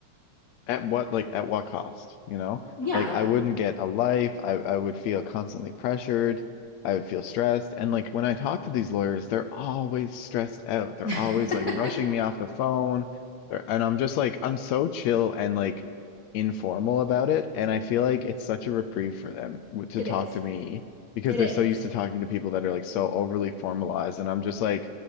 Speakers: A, on the left; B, on the left.
A: at what like at what cost, you know?
B: Yeah.
A: Like I wouldn't get a life. I I would feel constantly pressured. I would feel stressed. And like when I talk to these lawyers, they're always stressed out. They're
B: <laughs>
A: always like rushing me off the phone. They're- And I'm just like I'm so chill and like informal about it. And I feel like it's such a reprieve for them w- to
B: it
A: talk
B: is.
A: to me because
B: It
A: they're
B: is.
A: so used to talking to people that are like so overly formalized. And I'm just like,